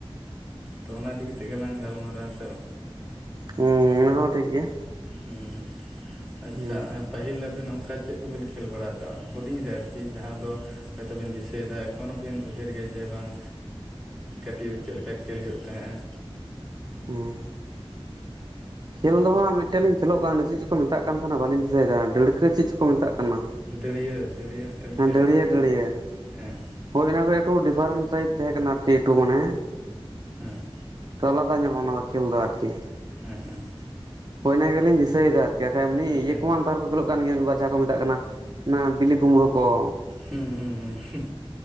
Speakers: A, in the centre; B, on the right (about 45°).
A: ᱛᱚ ᱚᱱᱟ ᱤᱫᱤ ᱠᱟᱛᱮᱜ ᱜᱮᱞᱟᱝ ᱜᱟᱞᱢᱟᱨᱟᱣᱟ ᱦᱮᱸᱥᱮ ᱵᱟᱝ᱾
B: ᱦᱩᱸ ᱚᱱᱟ ᱦᱚᱸ ᱴᱷᱤᱠ ᱜᱮᱭᱟ᱾
A: ᱦᱩᱸ ᱟᱪᱪᱷᱟ
B: ᱦᱮᱸ
A: ᱮᱸᱯ ᱯᱟᱹᱦᱤᱞ ᱟᱵᱮᱱ ᱚᱱᱠᱟ ᱪᱮᱜ ᱠᱚᱵᱮᱱ ᱠᱷᱮᱞ ᱵᱟᱲᱟ ᱟᱠᱟᱜᱼᱟ ᱦᱩᱰᱤᱧ ᱨᱮ ᱟᱨᱠᱤ ᱡᱟᱦᱟᱸ ᱫᱚ ᱦᱚᱭᱛᱚ ᱵᱤᱱ ᱫᱤᱥᱟᱹᱭᱮᱫᱟ? ᱮᱠᱷᱚᱱᱳ ᱵᱤᱱ ᱩᱭᱦᱟᱹᱨ ᱜᱮᱭᱟ ᱡᱮ ᱵᱟᱝ ᱠᱟᱹᱴᱤᱜ ᱨᱮ ᱪᱮᱜ ᱞᱮᱠᱟ ᱠᱷᱮᱞ ᱦᱩᱭᱩᱜ ᱛᱟᱦᱮᱸᱼᱟ᱾
B: ᱦᱩᱸ, ᱠᱷᱮᱞ ᱫᱚ ᱦᱟᱸᱜ ᱢᱤᱜᱴᱮᱱ ᱞᱤᱧ ᱠᱷᱮᱞᱳᱜ ᱠᱟᱱᱟ ᱪᱮᱫ ᱪᱚᱠᱚ ᱠᱚ ᱢᱮᱛᱟᱜ ᱠᱟᱱ ᱛᱟᱦᱮᱸᱱᱟ ᱵᱟᱞᱤᱧ ᱫᱤᱥᱟᱹᱭᱮᱫᱟ ᱰᱟᱹᱲᱠᱟᱹ ᱪᱮᱜ ᱪᱚ ᱠᱚ ᱢᱮᱛᱟᱜ ᱠᱟᱱᱟ
A: ᱫᱟᱹᱲᱭᱟᱹ ᱫᱟᱹᱲᱭᱟᱹ ᱢᱤᱜᱴᱮᱱ
B: ᱦᱮᱸ
A: ᱠᱷᱮᱞ
B: ᱰᱟᱹᱲᱭᱟᱹ
A: ᱛᱟᱦᱮᱸ ᱠᱟᱱᱟ
B: ᱰᱟᱹᱲᱭᱟᱹ
A: ᱦᱮᱸ,
B: ᱦᱳᱭ ᱢᱟᱱᱮ ᱮᱠᱴᱩ ᱰᱤᱯᱷᱟᱨᱮᱱᱴ ᱴᱟᱭᱤᱯ ᱛᱟᱦᱮᱸ ᱠᱟᱱᱟ ᱟᱨᱠᱤ ᱮᱠᱴᱩ ᱢᱟᱱᱮ᱾
A: ᱦᱮᱸ
B: ᱛᱚ ᱟᱞᱟᱫᱟ ᱧᱚᱜᱼᱟ ᱚᱱᱟ ᱫᱚ ᱠᱷᱮᱞ ᱫᱚ ᱟᱨᱠᱤ᱾
A: ᱦᱮᱸ ᱮᱸ
B: ᱦᱳᱭ ᱤᱱᱟ. ᱜᱮᱞᱤᱧ ᱫᱤᱥᱟᱹᱭᱮᱫᱟ ᱟᱨᱠᱤ ᱠᱷᱟᱭ ᱮᱢᱱᱤ
A: ᱟᱪᱪᱷᱟ
B: ᱤᱭᱟ.
A: ᱟᱪᱪᱷᱟ
B: ᱠᱚᱢᱟ ᱱᱮᱛᱟᱨ ᱠᱚ ᱠᱷᱮᱞᱚᱜ ᱠᱟᱱ ᱜᱮᱭᱟ ᱵᱟ ᱡᱟᱦᱟᱸ ᱠᱚ ᱢᱮᱛᱟᱜ ᱠᱟᱱᱟ ᱵᱤᱞᱤ ᱠᱩᱢᱲᱩ᱾ ᱠᱚ
A: ᱦᱩᱸ ᱦᱩᱸ ᱦᱩᱸ᱾